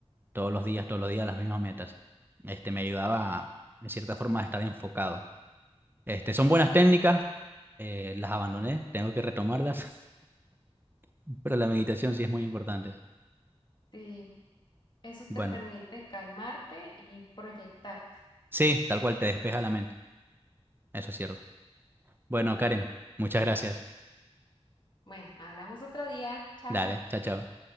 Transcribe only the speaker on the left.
Sí, eso te
permite calmarte y proyectarte.
Bueno, hablamos otro día. Chao.